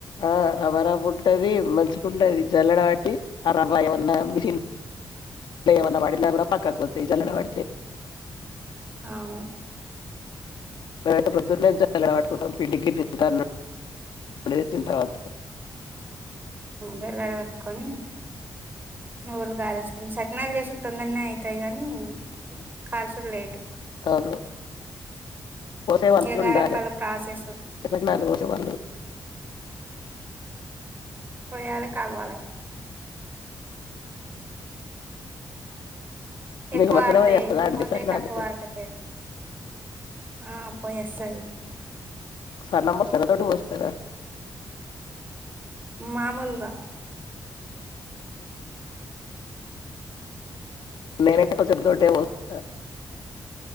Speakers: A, on the left; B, on the right.
A: ఆ రవ్వ రవ్వ ఉంటది మంచి గుండధి జల్లడ బట్టి ఆ రబ్బాయిన్నా మిషీన్ <unintelligible> న కూడా పక్కకు పోతాయ్ జల్లెడ పడితే
B: ఆవు
A: మేమైతే పొద్దున్నే జల్లెడ పట్టుకుంటాం పిండిర గిట్ల <unintelligible> తిన్న తర్వాత
B: జల్లెడ పట్టుకొని నువ్లు కారేసుకొని సకినాలు చేసు తొందరనే అవుతాయి కానీ కాల్సుడు లేటు
A: అవును పోసే వాళ్ళు
B: ఎగార
A: ఉండాలి
B: పలు ప్రాసెసు
A: సకినాలు పోసే వాళ్ళు
B: పొయ్యాలే కాల్వాలే ఎక్కువ
A: మీకు మంచిగనే
B: ఆరితే
A: వస్తదా
B: విరిగిపోతాయి
A: అండి సకినాలు
B: తక్కువ ఆరితే పే ఆ పొయ్యస్తది
A: సనం సెర తోటి పొస్తరా
B: మామూలుగా
A: నేనైతే కొంచం తోటే పోస్తా